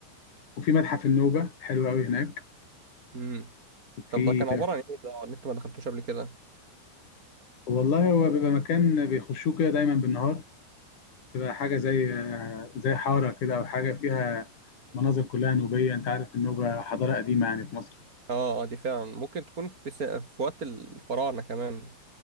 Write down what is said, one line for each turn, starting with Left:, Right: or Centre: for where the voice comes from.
Left: وفي متحف النوبة حلو أوي هناك
Right: امم
Left: وفي
Right: طب ده كان عبارة
Left: آه،
Right: عن ايه ده اللي انت ما دخلتوش قبل كده
Left: والله هو بيبقى مكان بيخشوه كده دايما بالنهار تبقى حاجة زي آه، زي حارة كده أو حاجة فيها مناظر كلها نوبية أنت عارف النوبة حضارة قديمة يعني في مصر
Right: اه آه، دي فعلا ممكن تكون في س... في وقت الفراعنة كمان